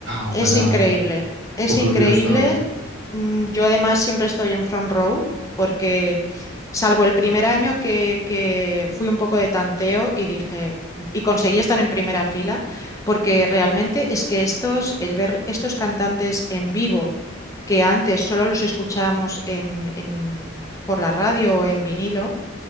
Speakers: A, on the right; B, on the left.
A: ojalá,
B: Es increíble, es
A: ojalá
B: increíble.
A: hubiera estado.
B: Mm, Yo además siempre estoy en front row porque salvo el primer año que, que fui un poco de tanteo y dije, y conseguí estar en primera fila, porque realmente es que estos, el ver estos cantantes en vivo, que antes solo los escuchábamos en, en- por la radio o en vinilo,